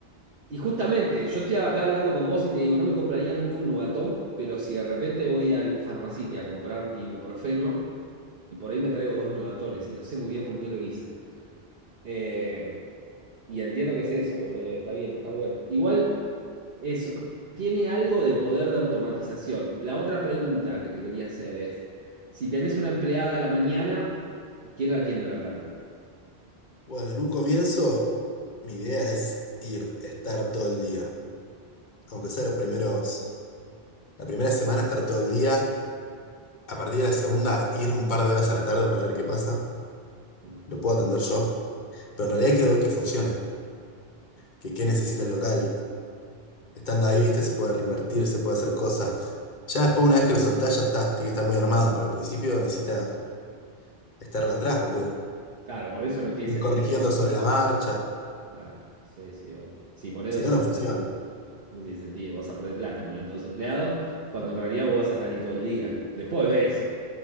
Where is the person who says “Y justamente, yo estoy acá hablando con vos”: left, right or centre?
Right